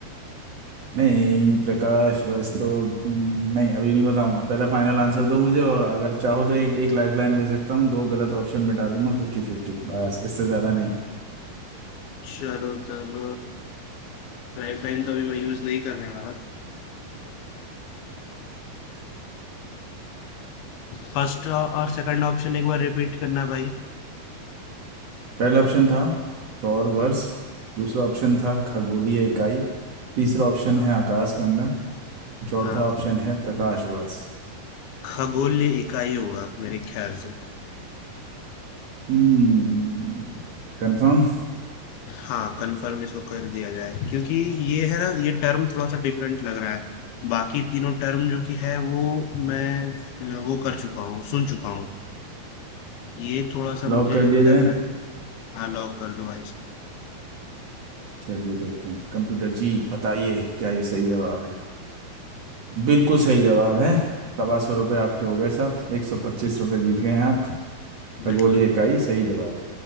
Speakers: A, on the right; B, on the left.
A: नहीं प्रकाश वर्ष तो हम्म, नहीं अभी नहीं बताऊंगा पहले फाइनल आंसर दो मुझे और अगर चाहो तो एक एक लाइफ लाइन दे सकता हूँ दो गलत ऑप्शन मिटा दूंगा फिफ्टी फिफ्टी बस इससे ज्यादा नहीं
B: चलो तब लाइफ लाइन तो अभी मैं यूज नहीं करने वाला फर्स्ट और सेकंड ऑप्शन एक बार रिपीट करना भाई
A: पहला ऑप्शन था सौर वर्ष दूसरा ऑप्शन था खगोलीय इकाई तीसरा ऑप्शन
B: हाँ
A: है आकाशगंगा चौथा
B: हाँ
A: ऑप्शन है प्रकाश वर्ष
B: खगोलीय इकाई होगा मेरे ख्याल से
A: हम्म कंफर्म
B: हाँ कंफर्म इसको कर दिया जाए क्योंकि ये है ना ये टर्म थोड़ा सा डिफरेंट लग रहा है बाकी तीनों टर्म जो कि है वो मैं वो कर चुका हूँ सुन चुका हूँ ये थोड़ा सा मुझे
A: लॉक कर दिया
B: लग
A: जाए
B: रहा है हाँ लॉक कर दो भाई इसको।
A: चलिए देखते हैं कंप्यूटर जी बताइए क्या ये सही जवाब है बिल्कुल सही जवाब है सवा सौ रुपये आपके हो गए साहब एक सौ पच्चीस रुपये जीत गए हैं आप खगोलीय
B: बिल्कुल
A: इकाई सही जवाब है